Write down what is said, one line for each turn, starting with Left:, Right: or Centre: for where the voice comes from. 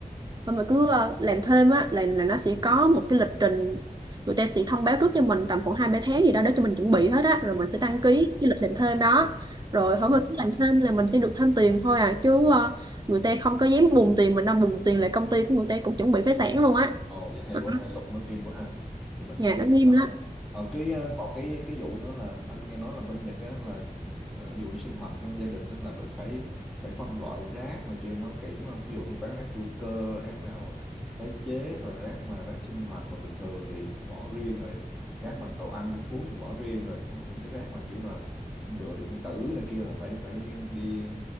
Right: mà cứ ờ, làm thêm á là là nó sẽ có một cái lịch trình người ta sẽ thông báo trước cho mình tầm khoảng hai ba tháng gì đó để cho mình chuẩn bị hết á rồi mình sẽ
Centre: Ồ,
Right: đăng ký cái lịch làm thêm đó
Centre: cũng
Right: rồi
Centre: hay
Right: hở
Centre: quá.
Right: mà cứ làm thêm là mình sẽ được thêm tiền thôi à chứ ờ, người ta không có dám bùng tiền mình đang bùng tiền là công ty của người ta cũng chuẩn bị phá sản luôn á
Centre: Ồ vậy hay
Right: Đó.
Centre: quá, hay luật nó nghiêm quá ha. Vậy mình
Right: nhà
Centre: cũng
Right: nó nghiêm
Centre: đỡ.
Right: lắm
Centre: Ờ, cái ờ, còn cái cái vụ nữa là anh nghe nói là bên Nhật á là ờ, ví dụ như sinh hoạt trong gia đình á là bị phải phải phân loại rác này kia nó kỹ lắm không? Ví dụ như rác rác hữu cơ, rác nào tái chế rồi rác mà rác sinh hoạt mà bình thường thì bỏ riêng rồi, rác mà đồ ăn thức uống thì bỏ riêng rồi, có những cái rác mà kiểu là đồ điện tử này kia là phải phải đi